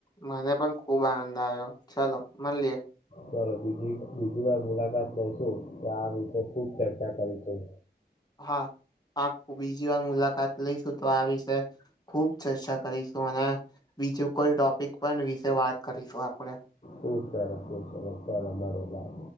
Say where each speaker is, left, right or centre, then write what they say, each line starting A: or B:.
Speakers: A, on the left (about 20°); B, on the left (about 40°).
A: મને પણ ખુબ આનંદ આવ્યો ચલો મળલએ
B: ચાલ બજી બીજી વાર મુલાકાત લઈશું તો આ વિષ ખુબ ચર્ચા કરીશું.
A: હા આ બીજી વાર મુલાકાત લઈશું તો આ વિશે ખુબ ચર્ચા કરીશું અને બીજું કોઈ ટોપિક પણ વિશે વાત કરીશું આપણેે
B: ખૂબ સરસ ખૂબ સરસ <unintelligible> ઉતાર મળલા